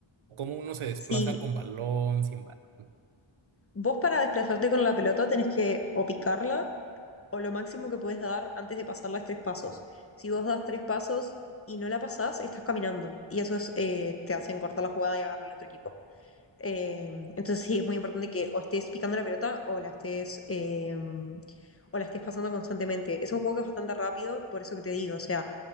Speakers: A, on the right (about 75°); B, on the left (about 30°).
A: cómo uno se desplaza
B: sí.
A: con balón, sin balón.
B: Vos para desplazarte con la pelota tenés que o picarla o lo máximo que puedes dar antes de pasar las tres pasos. Si vos das tres pasos y no la pasás, estás caminando. Y eso es, eh, te hacen cortar la jugada y agarrar al otro equipo. Eh, entonces sí, es muy importante que o estés picando la pelota o la estés, eh, o la estés pasando constantemente. Es un juego que es bastante rápido, por eso que te digo, o sea,